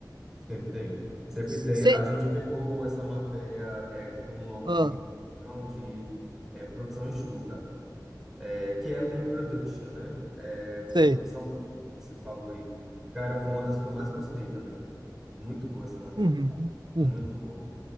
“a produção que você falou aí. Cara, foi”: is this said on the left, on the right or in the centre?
Centre